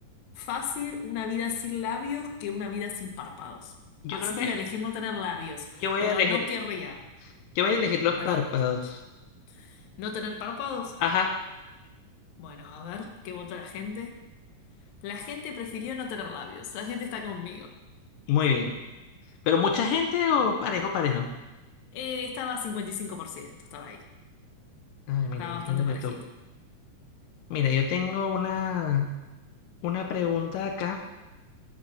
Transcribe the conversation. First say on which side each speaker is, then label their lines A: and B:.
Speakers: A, on the left; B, on the left.
A: Fácil una vida sin labios que una vida sin párpados.
B: yo
A: Así
B: creo que
A: que voy a elegir no tener labios,
B: yo voy
A: pero
B: a elegir,
A: no querría
B: yo voy a elegir los
A: perder
B: párpados.
A: mis labios. ¿No tener párpados?
B: Ajá,
A: Bueno, a ver, ¿qué votó la gente? La gente prefirió no tener labios. La gente está conmigo.
B: muy bien. Pero mucha gente o parejo, parejo.
A: Eh, estaba 55%, estaba ahí.
B: Ay, mira,
A: Estaba
B: imagínate
A: bastante parejita.
B: tú. Mira, yo tengo una, una pregunta acá.